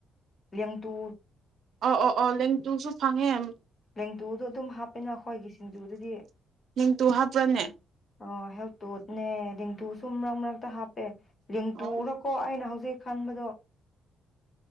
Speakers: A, on the left (about 30°); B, on the right (about 65°).
A: ꯂꯦꯡꯇꯨ
B: ꯑ ꯑꯣ ꯑꯣ ꯂꯦꯡꯇꯨꯁꯨ ꯐꯪꯉꯦ
A: ꯂꯦꯡꯇꯨꯗꯣ ꯑꯗꯨꯝ ꯍꯥꯞꯄꯦꯅ ꯑꯩꯈꯣꯏꯒꯤ ꯁꯤꯡꯖꯨꯗꯗꯤ
B: ꯂꯦꯡꯇꯨ ꯍꯥꯞꯄ꯭ꯔꯅꯦ
A: ꯑꯣ ꯍꯦꯜꯇꯣꯠꯅꯦ ꯂꯦꯡꯇꯨ ꯁꯨꯝ ꯃꯔꯛ ꯃꯔꯛꯇ ꯍꯥꯞꯄꯦ ꯌꯦꯦꯡꯇꯨꯔꯀꯣ
B: ꯑꯣ
A: ꯑꯩꯅ ꯍꯧꯖꯤꯛ ꯈꯟꯕꯗꯣ